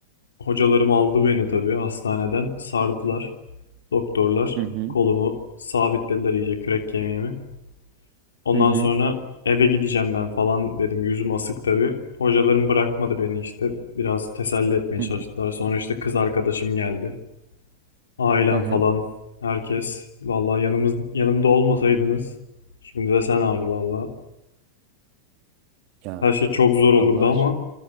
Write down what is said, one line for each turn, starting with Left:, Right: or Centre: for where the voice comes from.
Left: hocalarım aldı beni tabii hastaneden. Sardılar. Doktorlar
Right: Hı hı,
Left: kolumu sabitlediler iyice kürek kemiğimi. Ondan
Right: hı hı,
Left: sonra eve gideceğim ben falan dedim. Yüzüm asık tabii. Hocalarım bırakmadı beni işte. Biraz teselli etmeye
Right: hı
Left: çalıştılar.
Right: hı.
Left: Sonra işte kız arkadaşım geldi. Ailem
Right: Hı hı.
Left: falan, herkes. Vallahi yanımız yanımda olmasaydınız. Şimdi de sen abi vallahi.
Right: Ya
Left: Her şey çok zor olurdu
Right: Allah
Left: ama
Right: aşkına.